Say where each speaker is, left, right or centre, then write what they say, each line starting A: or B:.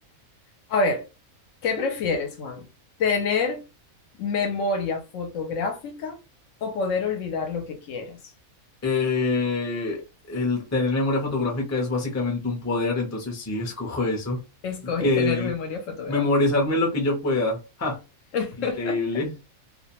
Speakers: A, on the left; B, on the left.
A: A ver, ¿qué prefieres, Juan? ¿Tener memoria fotográfica o poder olvidar lo que quieras?
B: Eh, el tener memoria fotográfica es básicamente un poder, entonces sí, escojo eso.
A: Escoges
B: Porque
A: tener memoria fotográfica.
B: memorizarme lo que yo pueda. <laughs> Ja,
A: <laughs>
B: increíble.